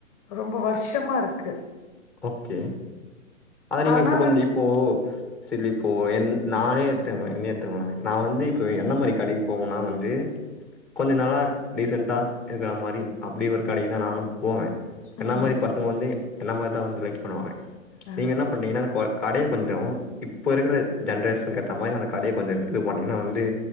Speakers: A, on the left (about 30°); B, in the centre.
A: ரொம்ப வருஷமாக இருக்கு
B: ஓகே அது நீங்க
A: அதனால
B: இப்போ கொஞ்சோ இப்போ சரி இப்போ என் நானே இருக் தேவ தா என்னயேடுத்துருவாங்க நா வந்து இப்ப எந்த மாதிரி கடைக்கு போனுன்னா வந்து கொஞ்சோ நல்லா டீசெண்ட்டா இருக்கிற மாரி அப்டி ஒரு கடைக்கு தா நானும் போவே என்ன
A: ம்.
B: மாரி பசங்க வந்து என்ன மாரிதா வந்து லைக் பண்ணுவாங்க
A: அ
B: நீங்க என்ன பண்ணீங்கன்னா குவா கடைய கொஞ்ச இப்ப இருக்கிற ஜென்ரேஷனுக்கு ஏத்த மாரி அந்த கடைய கொஞ்ச இம்ப்ரூவ் பண்ணிங்கனா வந்து